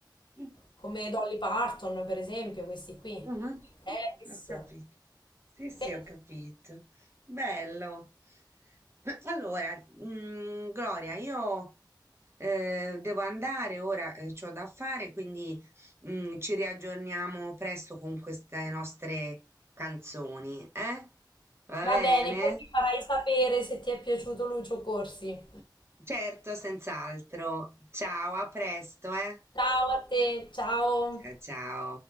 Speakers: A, on the right; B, on the left.
A: Mhm.
B: come Dolly Parton per esempio, questi qui.
A: Mhm,
B: Elvis.
A: Ho capito. Sì, sì,
B: Te-
A: ho capito. Bello. <clears throat> Allora, mm, Gloria, io eh, devo andare ora, eh, c'ho da fare, quindi mm, ci riaggiorniamo presto con queste nostre canzoni, eh? Va
B: Va
A: bene?
B: bene, poi mi farai sapere se ti è piaciuto Lucio Corsi.
A: Certo, senz'altro. Ciao, a presto, eh?
B: Ciao a te, ciao.
A: Ciao, ciao.